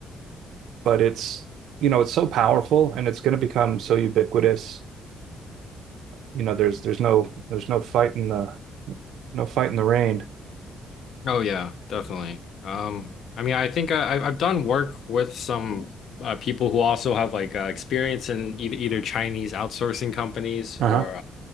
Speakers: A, on the right (about 80°); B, on the left (about 65°).
A: but it's you know it's so powerful and it's going to become so ubiquitous. You know, there's there's no there's no fight in the no fight in the rain.
B: Oh yeah, definitely. Um, I mean, I think I, I've I've done work with some uh, people who also have like uh, experience in either either Chinese outsourcing companies
A: Uh-huh.
B: or